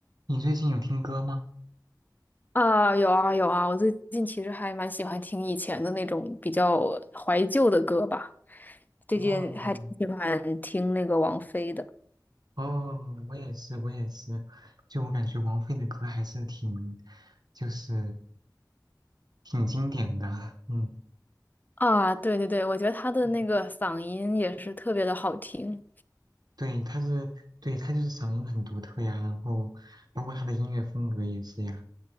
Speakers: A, on the right (about 65°); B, on the left (about 25°).
A: 你最近有听歌吗？
B: 啊，有啊有啊，我最近其实还蛮喜欢听以前的那种比较怀旧的歌吧，最近还挺喜欢听那个王菲的。
A: 哦哦，我也是，我也是，就我感觉王菲的歌还是挺，就是挺经典的。<laughs> 嗯，
B: 啊，对对对，我觉得她的那个嗓音也是特别的好听。
A: 嗯对，她是，对，她就是嗓音很独特呀，然后包括她的音乐风格也是呀，